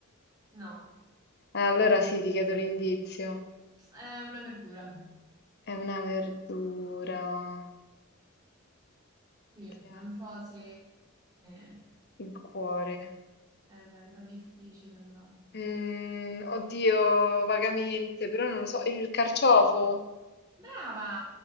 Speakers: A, on the right; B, on the left.
A: No,
B: Eh, allora sì, ti chiedo l'indizio.
A: è una verdura.
B: È una verdura
A: Sì, è
B: che
A: un
B: ha
A: po' se... Eh,
B: il cuore.
A: beh, è un po' difficile, però.
B: Mm, oddio, vagamente, però non lo so. Il carciofo?
A: Brava!